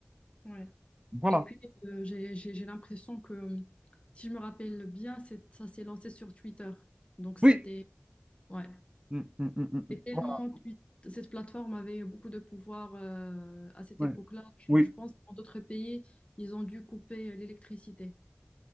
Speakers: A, on the left; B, on the right.
A: ouais.
B: Voilà.
A: Et puis euh, j'ai j'ai j'ai l'impression que euh, si je me rappelle bien, c'est- ça s'est lancé sur Twitter. Donc c'était
B: Oui.
A: ouais.
B: Mm, mm, mm, mm, mm.
A: Et tellement
B: Voilà.
A: Twi- cette plateforme avait beaucoup de pouvoir euh, à cette
B: Ouais.
A: époque-là. Je,
B: Oui.
A: je pense que dans d'autres pays, ils ont dû couper euh, l'électricité.